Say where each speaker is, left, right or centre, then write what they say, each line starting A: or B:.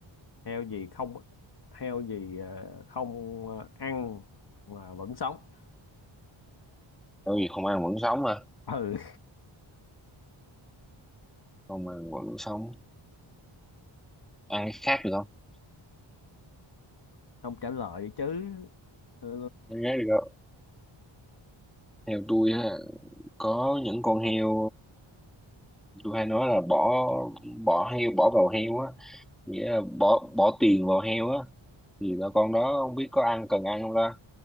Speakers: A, on the left; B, in the centre.
A: heo gì không heo gì à, không à, ăn mà vẫn sống
B: tại vì không ăn vẫn sống mà
A: ừ
B: không ăn vẫn sống ăn cái khác được không
A: <laughs> không trả lời chứ Ừ,
B: ăn cái khác được không theo tôi á có những con heo tôi hay nói là bỏ bỏ heo bỏ vào heo á nghĩa là bỏ bỏ tiền vào heo á thì là con đó không biết có ăn cần ăn không ta